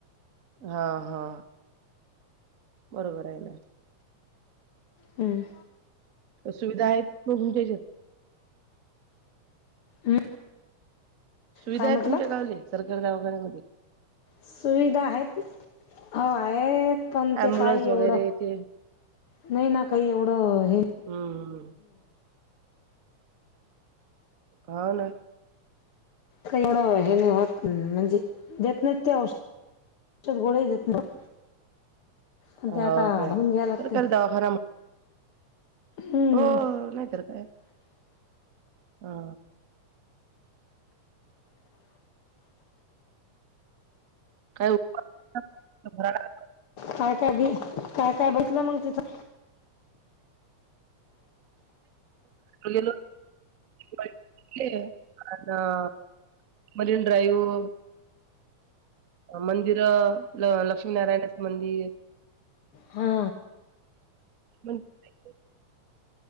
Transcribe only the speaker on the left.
हम्म
हम्म.
काय
म्हटलं
सुविधा आहेत हो आहेत पण
ते काय
एवढं
नाही ना काही एवढं हे
का एवढं हे नाही होत म्हणजे देत नाहीत ते औषध, गोळ्या देत नाही. पण
ते आता
बघून घ्यायला लागते
हम्म
काय काय बी काय काय बसलं मंग तिथं
हा